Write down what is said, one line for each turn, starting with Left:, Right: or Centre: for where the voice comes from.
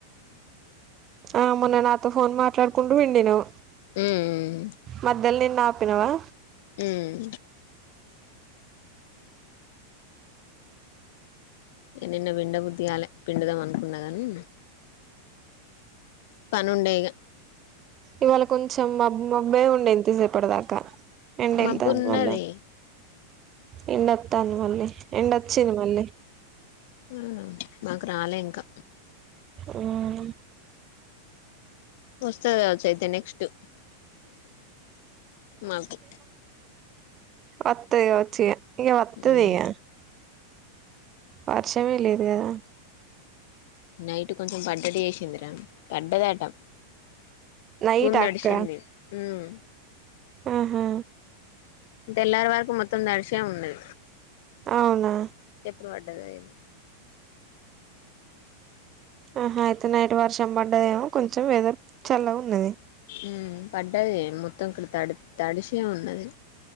Right: ఆ మొన్న నాతో ఫోన్ మాట్లాడుకుంటూ పిండినవ్
Left: ఉమ్
Right: మధ్యల్ నిన్న ఆపినవా
Left: ఉమ్ ఇగ నిన్న పిండ బుద్ధిగాలే పిండుదాం అనుకున్నా కానీ పనుండే ఇగ.
Right: ఇవాళ కొంచం మబ్ మబ్బే ఉండే ఇంతసేపటి దాకా. ఎండ
Left: మబ్బు
Right: ఎల్తాంది
Left: ఉన్నది.
Right: మళ్ళా ఎండొత్తాంది మళ్ళీ ఎండొచ్చింది మళ్ళీ.
Left: ఉమ్ మాకు రాలే ఇంకా.
Right: ఊమ్
Left: వస్తది కావచ్చు అయితే నెక్స్టు మాకు
Right: వత్తయ్ వచ్చు ఇగ వత్తది
Left: ఉమ్
Right: ఇగ వర్షమే లేదు కదా?
Left: నైటు కొంచెం పడ్డట్టు చేసింది రా పడ్డదట
Right: నైటా
Left: భూమి తడిషింది
Right: అక్క
Left: ఉమ్
Right: ఆహా!
Left: తెల్లారి వరకు మొత్తం తడిషే ఉన్నది.
Right: అవునా
Left: ఇప్పుడు పడ్డది అయ్యినా
Right: ఆహా అయితే నైట్ వర్షం పడ్డదేమో కొంచం వెదర్ చల్లగా ఉన్నది.
Left: ఉమ్ పడ్డాది మొత్తం ఇక్కల్ తడు తడిషే ఉన్నది.